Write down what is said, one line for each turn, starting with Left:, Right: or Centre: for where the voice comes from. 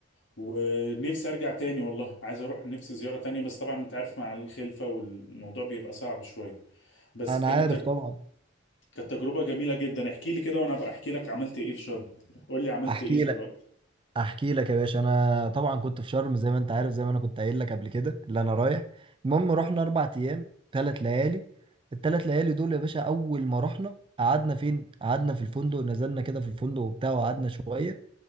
Left: ونفسي ارجع تاني والله عايز اروح نفسي زيارة تانية بس طبعا انت عارف مع الخلفة والموضوع بيبقى صعب شوية بس
Right: انا
Left: كانت
Right: عارف
Left: تج...
Right: طبعا
Left: كانت تجربة جميلة جدا احكي لي كده وانا بقى احكي لك عملت ايه في شرم قول لي عملت
Right: احكي
Left: ايه دلوقتي
Right: لك احكي لك يا باشا انا طبعا كنت في شرم زي ما انت عارف زي ما انا كنت قايل لك قبل كده اللي انا رايح المهم رحنا اربع ايام ثلاث ليالي الثلاث ليالي دول يا باشا اول ما رحنا قعدنا فين قعدنا في الفندق نزلنا كده في الفندق وبتاع وقعدنا شوية